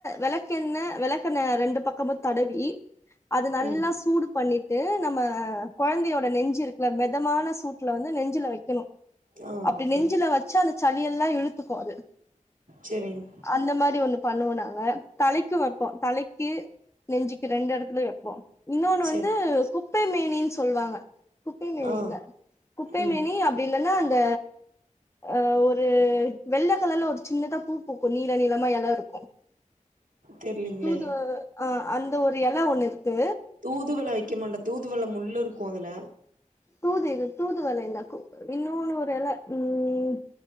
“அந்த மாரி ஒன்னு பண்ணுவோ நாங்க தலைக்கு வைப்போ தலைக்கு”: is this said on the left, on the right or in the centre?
Left